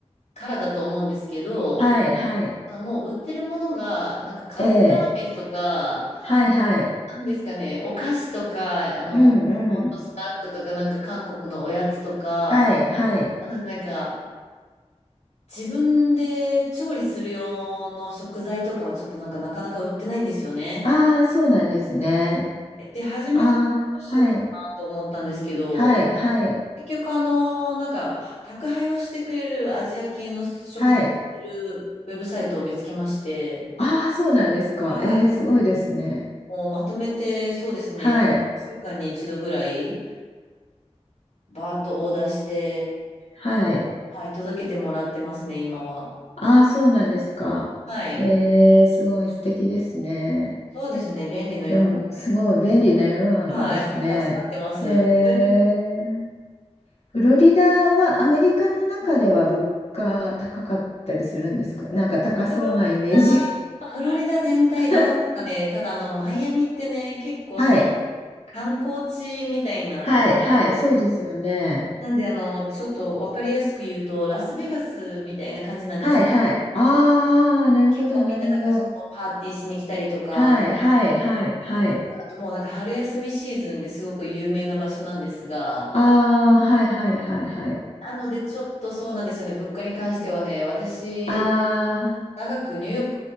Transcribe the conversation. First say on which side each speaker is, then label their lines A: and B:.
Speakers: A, on the left; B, on the left.
A: からだと思うんですけど、
B: はい。はい。
A: あ、もう売ってるものが、なんかカップラーメンとか、
B: ええ。はい。はい。
A: なんですかね、お菓子とか、あの、
B: うん。
A: ホットスナックとか、
B: うん。
A: なんか韓国のおやつとか、
B: はい。はい。
A: なのでなんか、自分で調理する用の食材とかはちょっとなんかなかなか売ってないんですよね。
B: ああ、そうなんですね。
A: で、初めちょっとどうしようかなと思ったんですけど、
B: ああ、はい。はい。はい。
A: 結局あの、なんか、宅配をしてくれるアジア系の食ってるウェブサイトを見つけまして、
B: はい。ああ、そうなんですか。
A: はい。
B: ええ、すごいですね。
A: もうまとめて、そうですね、
B: はい。
A: 1週間に一度ぐらい、バーッとオーダーして、
B: はい。
A: はい、届けてもらってますね、今は。
B: ああ、そうなんですか。
A: はい。
B: えー、すごい素敵ですね。
A: そうですね、便利な世の中で。
B: でも、すごい便利な世の中ですね。
A: はい、もう助かってます。
B: え
A: <laughs>
B: ー、フロリダはアメリカの中では物価高かったりするんですかなんか高そうなイメージ。
A: フロリダ、フロリダ全体どうですかね。
B: <laughs>
A: ただあの、マイアミってね、結構その
B: はい。
A: 観光地みたいな
B: はい、はい、そうですよね。
A: なんで、あの、ちょっとわかりやすく言うと、ラスベガスみたいな感じなんです。
B: はい、はい。ああ、なるほど、
A: 結構みんななんかそのパーティーしに来たりとか、
B: なるほど。はい、はい、はい、はい。
A: 行くあともうなんか春休みシーズンですごく有名な場所なんですが、
B: ああ、はい、はい、はい、はい。
A: なのでちょっとそうなんですよね、物価に関してはね、私、
B: あ
A: 長くニューヨー